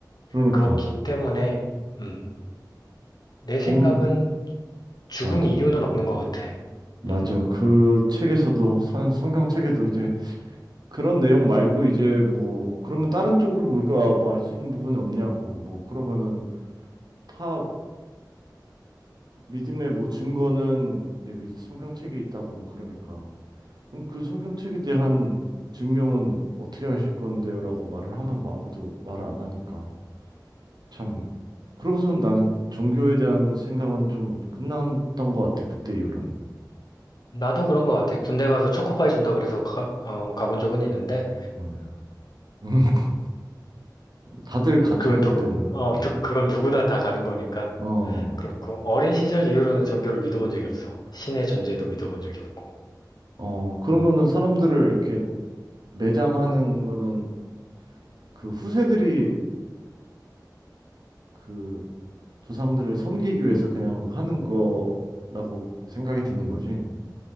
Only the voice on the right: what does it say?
그러니까,
뭔,
맞아.
맞아.
그 책에서도, 선, 성경 책에도 이제 그런 내용 말고 이제 뭐, 그러면 다른 쪽으로 뭘까, 뭐할 수 있는 부분이 없냐고. 뭐, 그러면은 다 믿음의 뭐 증거는 여기 성경책에 있다고 뭐 그러니까. 그럼 그 성경책에 대한 증명은 어떻게 하실 건데요라고 말을 하면 뭐 아무도 말을 안 하니까 참 그러고선 나는 종교에 대한 생각은 좀 끝났던 것 같아 그때 이후로는
음. <laughs> 다들 가지
그때는
음.
어,
어 그러면은 사람들을 이렇게 매장하는 거는 그 후세들이 그 조상들을 섬기기 위해서 그냥 하는 거라고 생각이 드는 거지